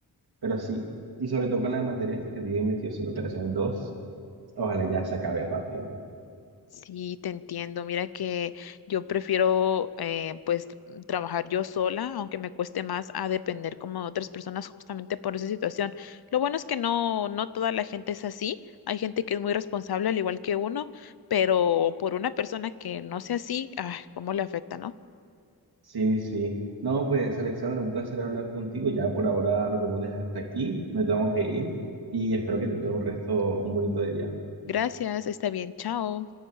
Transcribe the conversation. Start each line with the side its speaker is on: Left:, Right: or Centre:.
Right: pero sí, y sobre todo con la materia esta que tiene investigación de operaciones 2. ojalá ya se acabe rápido.
Left: Sí, te entiendo. Mira que yo prefiero eh, pues trabajar yo sola, aunque me cueste más a depender como de otras personas justamente por esa situación. Lo bueno es que no, no toda la gente es así. Hay gente que es muy responsable al igual que uno, pero por una persona que no sea así, ay, cómo le afecta, ¿no?
Right: Sí, sí. No, pues, Alexandra, un placer hablar contigo. Ya por ahora lo podemos dejar hasta aquí. Me tengo que ir y espero que tengas un resto, un bonito día.
Left: Gracias, está bien, chao.